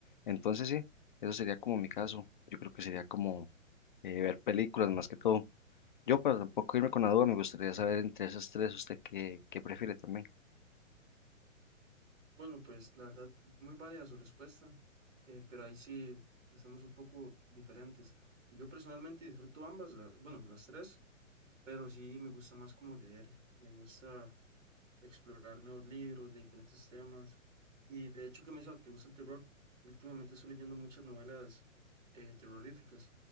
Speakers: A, on the left (about 40°); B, on the right (about 65°).
A: Entonces sí, eso sería como mi caso. Yo creo que sería como eh, ver películas más que todo. Yo, para tampoco irme con la duda, me gustaría saber entre esas tres, ¿usted qué, qué prefiere también?
B: Bueno, pues la verdad, muy válida su respuesta, eh, pero ahí sí estamos un poco diferentes. Yo personalmente disfruto ambas, la- bueno, las tres, pero sí me gusta más como leer, me gusta explorar nuevos libros de diferentes temas. Y de hecho que menciona que le gusta el terror, últimamente estoy leyendo muchas novelas eh, terroríficas